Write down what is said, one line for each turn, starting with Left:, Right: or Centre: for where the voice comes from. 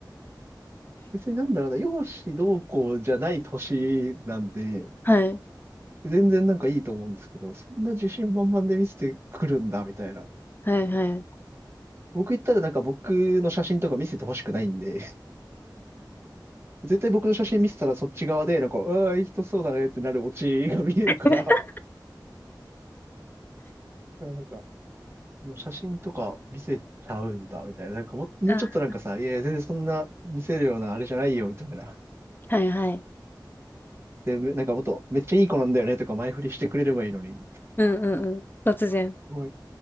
Right: 別になんだろうな、容姿どうこうじゃない年なんで、
Left: はい、
Right: 全然なんかいいと思うんですけど、そんな自信満々で見せてくるんだ、みたいな。
Left: はい、はい。
Right: 僕言ったらなんか僕の写真とか見せてほしくないんで、<laughs> 絶対僕の写真見せたらそっち側で、なんか、ああーいい人そうだねってなるオチが見えるから、
Left: <laughs>
Right: <laughs> なんか、もう写真とか見せちゃうんだ、みたいな。なんかも、もうちょっとなんかさ、
Left: あ、
Right: いやいや、全然そんな見せるようなあれじゃないよ、みたいな。
Left: はいはい。
Right: で、めなんかもっと、めっちゃいい子なんだよね、とか前振りしてくれればいいのに。す
Left: うんうんうん。突然。
Right: ごい、